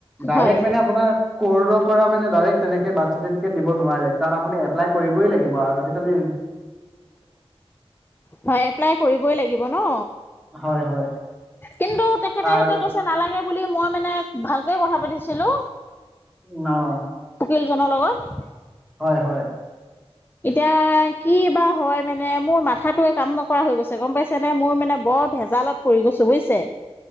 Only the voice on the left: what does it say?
হয়
হয় এপ্লাই কৰিবই লাগিব ন?
কিন্তু তেখেতে
সিতে কৈছে নালাগে বুলি, মই মানে ভালকে কথা পাতিছিলো।
উকীল জনৰ লগত।
এতিয়া কি বা হয়, মানে মোৰ মাথাটো কাম নকৰা হৈ গৈছে, গম পাইছে নে মোৰ মানে বৰ ভেজালত পৰি গৈছো বুজিছে।